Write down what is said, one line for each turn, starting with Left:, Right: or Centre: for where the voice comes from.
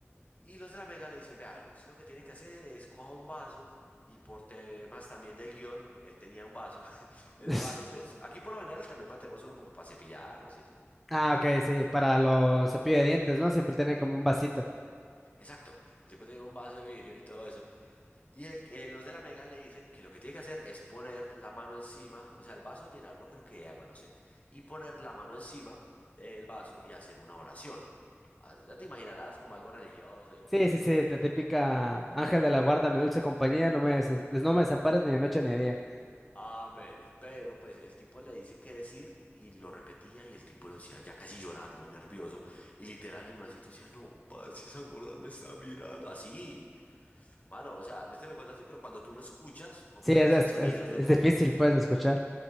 Left: Y los de la Mega le dicen, vea, usted lo que tiene que hacer es coja un vaso y por temas también del guión, él tenía un vaso <laughs> en
Centre: <laughs>
Left: el baño. Pues aquí por lo general también matemos uno como para cepillarnos y eso.
Centre: Ah, ok, sí, para los cepillos de dientes, ¿no? Siempre tiene como un vasito.
Left: Exacto, el tipo tenía un vaso de vidrio y todo eso. Y el- eh, los de la Mega le dicen que lo que tiene que hacer es poner la mano encima, o sea, el vaso llenarlo creo que de agua, no sé, y poner la mano encima del vaso y hacer una oración. Ah, Ya te imaginarás como algo religioso, de
Centre: Sí,
Left: culto.
Centre: sí, sí, la típica Ángel de la Guarda, mi dulce compañía, no me, des- no me desampares ni de noche ni de día.
Left: Amén. Pero pues el tipo le dice qué decir y lo repetía y el tipo lo decía ya casi llorando, nervioso. Y literal el mancito decía, no, parce, esa gorda me está mirando. Así, mano, o sea, yo te lo cuento así, pero cuando tú lo escuchas con
Centre: Sí,
Left: pelos
Centre: es, es,
Left: y sonidos
Centre: es- es
Left: de fondo,
Centre: difícil, pues, de escuchar.